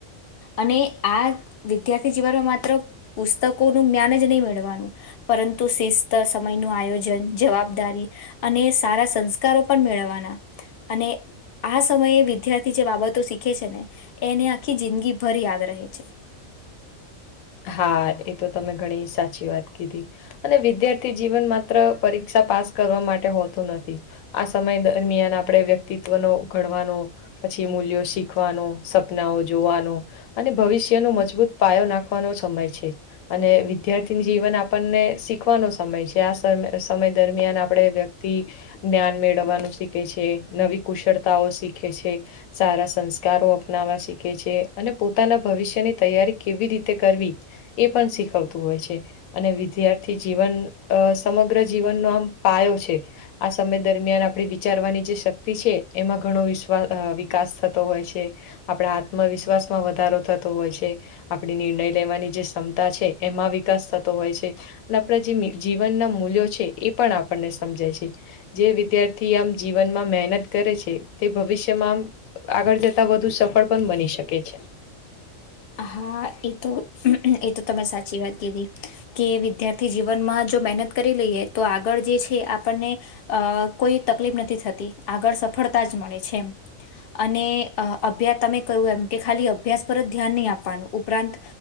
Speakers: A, on the left (about 55°); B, on the left (about 85°).
A: અને આ વિદ્યાર્થી જીવનમાં માત્ર પુસ્તકોનું જ્ઞાન જ નહીં, મેળવાનું પરંતુ શિસ્ત સમય ન આયોજન, જવાબદારી અને સંસ્કારો પણ મેળવવાના અને આ સમયે વિદ્યાર્થી જે બાબતો શીખે છે, ને એને આખી જિંદગી ભર યાદ રહે છે.
B: હા એ તો તમે ઘણી સાચી વાત કીધી અને વિદ્યાર્થી જીવન માત્ર પરીક્ષા પાસ કરવા માટે હોતું નથી. આ સમય દરમિયાન આપણે વ્યક્તિત્વનો ઘડવાનો પછી મૂલ્યો શીખવાનો, સપનાઓ જોવાનો, અને ભવિષ્ય ન મજબૂત પાયો નાખ વાનો સમય છે. અને વિદ્યાર્થી જીવન આપણને શીખવાનો સમય છે. આ સમય દરમિયાન આપણેે જ્ઞાન મેળવવાનું શીખવે છે, નવી કુશળતાઓ શીખવે છે. સારા સંસ્કારો અપનાવવા શીખે છે, અને પોતાના ભવિષ્યની તૈયારી કેવી રીતે, તે કરવી એ પણ શીખવતું હોય છે. અને વિદ્યાર્થી જીવન સમગ્ર જીવનનો આમ પાયો છે. આ સમય દરમિયાન આપણે વિચારવાની જે શક્તિ છે, એમાં ઘણો વિષ વા અ વિકાસ થતો હોય છે, આપણા આત્મવિશ્વાસ માં વધારો થતો હોય છે. આપણી નિર્ણય લેવાની જે ક્ષમતા છે, એમાં વિકાસ થતો હોય છે. અને આપણા જે જીવનના મૂલ્યો છે, એ પણ આપણને સમજાય છે. જે વિદ્યાર્થી આમ જીવનમાં મહેનત કરે છે, તે ભવિષ્યમાં આમ આગળ જ તા વધુ સફળ પણ બની શકે છે.
A: હા એ તો એ તમે સાચી વાત કીધી, કે વિદ્યાર્થી જીવનમાં જો મહેનત કરી લઈએ, તો આગળ જે છે. આપણને એ કોઈ તકલીફ નથી, થતી આગળ સફળતા જ મળે છે. એમ અને અભ્યાસ તમે કહું, એમ કે ખાલી અભ્યાસ પર જ ધ્યાન નહી, આપવાનું ઉપરાંત